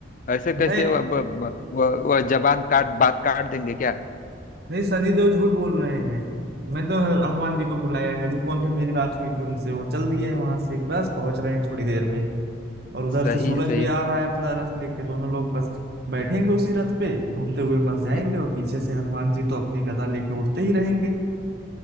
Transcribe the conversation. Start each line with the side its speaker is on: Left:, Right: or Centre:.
Left: ऐसे
Right: नहीं
Left: कैसे वह वह- वह- वह जबान काट बात काट देंगे क्या
Right: नहीं सनी देओल झूठ बोल रहे हैं मैं तो हनुमान जी को बुलाया है अभी फोन पे मेरी बात हुई थी उनसे वो चल दिए हैं वहां से बस पहुंच रहे हैं थोड़ी देर में और उधर
Left: सही
Right: से सूरज
Left: है सही
Right: भी आ रहा है अपना रथ लेके दोनों लोग बस बैठेंगे उसी रथ पे घूमते हुए मस जाएंगे
Left: है।
Right: और पीछे से हनुमान जी तो अपनी गदा लेके उड़ते ही रहेंगे